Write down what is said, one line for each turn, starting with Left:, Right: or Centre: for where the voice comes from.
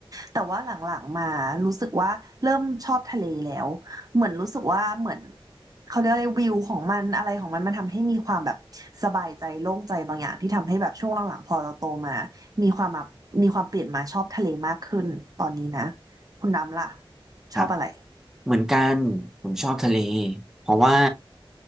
Right: แต่ว่าหลังๆมารู้สึกว่าเริ่มชอบทะเลแล้วเหมือนรู้สึกว่าเหมือน เขาเรียกอะไรวิวของมันอะไรของมันมันทำให้มีความแบบสบายใจโล่งใจบางอย่างที่ทำให้แบบช่วงหลังๆพอเราโตมามีความแบบมีความเปลี่ยนมาชอบทะเลมากขึ้นตอนนี้นะคุณน้ำล่ะ
Centre: ครับ
Right: ชอบอะไร
Centre: เหมือนกันผมชอบทะเลเพราะว่า